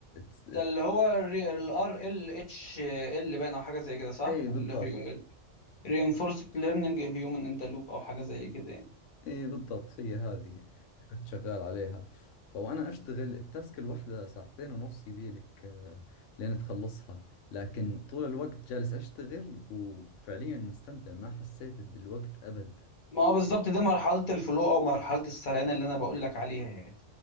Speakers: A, on the left (about 75°); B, on the left (about 45°).
A: تس-
B: ده اللي هو ال RLHL باين أو حاجة زي كده صح؟
A: اي بالضبط
B: اللي هو Reinforced Learning Human in the Loop أو حاجة زي كده يعني
A: ايه بالضبط هي هذه اللي كنت شغال عليها فوانا اشتغل التاسك الواحدة ساعتين ونص يبيلك آه، لين تخلصها لكن طول الوقت جالس اشتغل وفعليا مستمتع ما حسيت بالوقت ابد
B: ما هو بالظبط دي مرحلة الفلو أو مرحلة السريان اللي أنا بقول لك عليها يعني